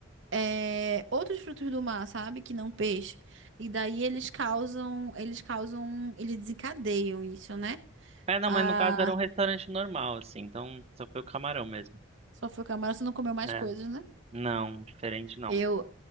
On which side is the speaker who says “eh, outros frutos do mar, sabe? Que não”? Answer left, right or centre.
Right